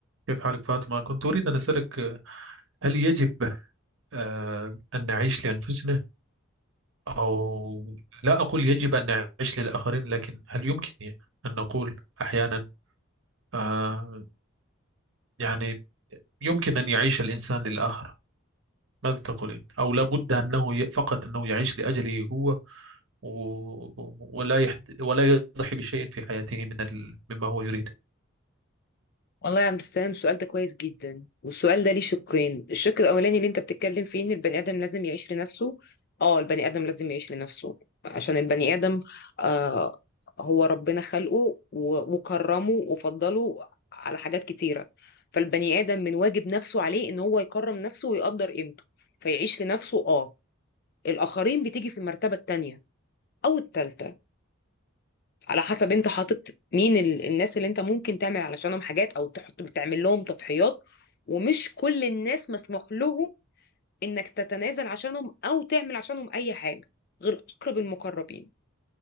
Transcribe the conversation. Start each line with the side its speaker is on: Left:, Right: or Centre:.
Right: كيف حالك فاطمة؟ كنت أريد أن أسألك آه، هل يجب آه، أن نعيش لأنفسنا أو لا أقول يجب أن نعيش للآخرين لكن هل يمكن أن نقول أحيانا آه، يعني يمكن أن يعيش الإنسان للآخر ماذا تقولين؟ أو لا بد أنه ي- فقط أنه يعيش لأجله هو و- ولا يحد ولا يضحي بشيء في حياته من ال... مما هو يريد
Left: والله يا عبد السلام السؤال ده كويس جدا والسؤال ده ليه شقين الشق الاولاني اللي انت بتتكلم فيه ان البني ادم لازم يعيش لنفسه اه البني ادم لازم يعيش لنفسه عشان البني ادم آه هو ربنا خلقه و- وكرمه وفضله على حاجات كتيره فالبني ادم من واجب نفسه عليه ان هو يكرم نفسه ويقدر قيمته فيعيش لنفسه اه الاخرين بتيجي في المرتبه التانيه او التالته على حسب انت حاطط مين ال... الناس اللي انت ممكن تعمل علشانهم حاجات او تحط بتعمل لهم تضحيات ومش كل الناس مسموح لهم انك تتنازل عشانهم او تعمل عشانهم اي حاجه غير اقرب المقربين